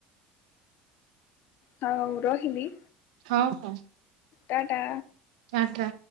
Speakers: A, on the left; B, on the right.
A: ହଉ ରହିଲି।
B: ହଉ ହଉ।
A: ଟା ଟା।
B: ଟା ଟା।